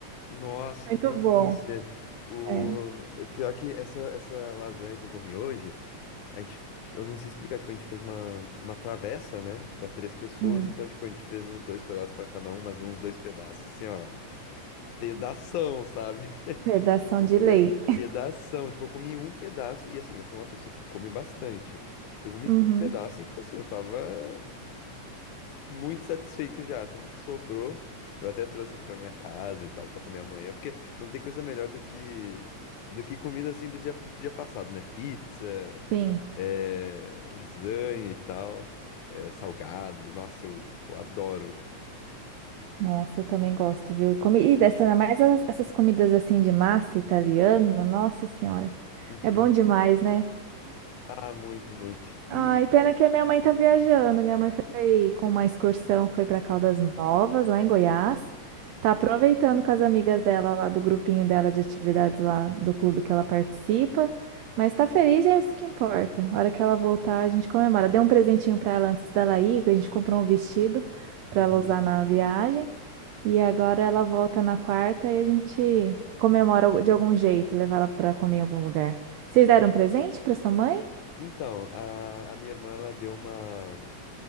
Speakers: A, on the left; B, on the right.
A: Nossa,
B: <laughs> Muito
A: que delícia.
B: bom.
A: O...
B: É.
A: é Pior que essa, essa lasanha que eu comi hoje, a gente, tipo, eu não sei explicar, tipo, a gente fez uma, uma travessa, né, Pra três pessoas,
B: Hum.
A: então, tipo, a gente fez uns dois pedaços pra cada um, mas uns dois pedaços, assim, ó, pedação, sabe? <laughs>
B: Redação
A: Tipo,
B: de lei.
A: peda pedação, tipo, eu comi um pedaço, e assim, eu sou uma pessoa que come bastante, eu comi
B: Uhum,
A: um pedaço e, tipo assim, eu tava muito satisfeito já, tanto que sobrou. Eu até trouxe aqui pra minha casa e tal, pra comer amanhã, porque não tem coisa melhor do que do que comida assim do dia, do dia passado, né? Pizza,
B: sim.
A: é, lasanha e tal, é, salgado. Nossa, eu, eu adoro.
B: Nossa, eu também gosto, viu? Comida, essa, ainda mais as- essas comidas assim de massa italiana, nossa senhora.
A: Uhum.
B: É bom demais, né?
A: Ah, muito, muito. E
B: Ai, pena que a minha mãe tá viajando. Minha mãe foi com uma excursão, foi para Caldas Novas, lá em Goiás. Tá aproveitando com as amigas dela lá do grupinho dela de atividades lá do clube que ela participa. Mas tá feliz e é isso que importa. A hora que ela voltar, a gente comemora. Dei um presentinho para ela antes dela ir, que a gente comprou um vestido para
A: Uhum.
B: ela usar na viagem. E agora ela volta na quarta e a gente comemora de algum jeito, levar ela para comer em algum lugar. Vocês deram presente para sua mãe?
A: então, a, a minha irmã ela deu uma.